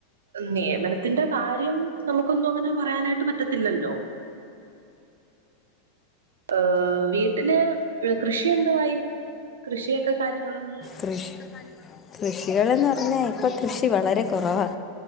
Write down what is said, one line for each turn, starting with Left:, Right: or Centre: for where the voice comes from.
Right: നിമയനത്തിന്റെ കാര്യം നമുക്കൊന്നും അങ്ങനെ പറയാനായിട്ട് പറ്റത്തില്ലല്ലോ ഏഹ് വീട്ടില് കൃഷിയെന്തുവായി കൃഷിയെക്കെ കാര്യങ്ങളും
Left: കൃഷ് കൃഷികളെന്ന് പറഞ്ഞാ ഇപ്പ കൃഷി വളരെ കൊറവാ